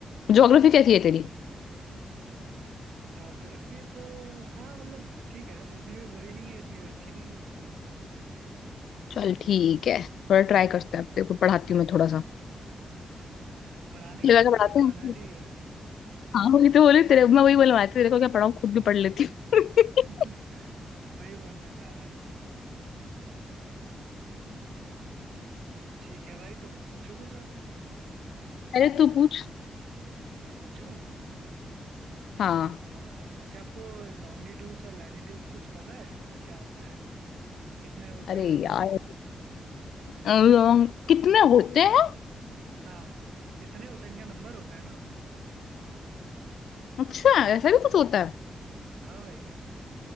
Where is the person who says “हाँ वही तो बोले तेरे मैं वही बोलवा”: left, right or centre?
Left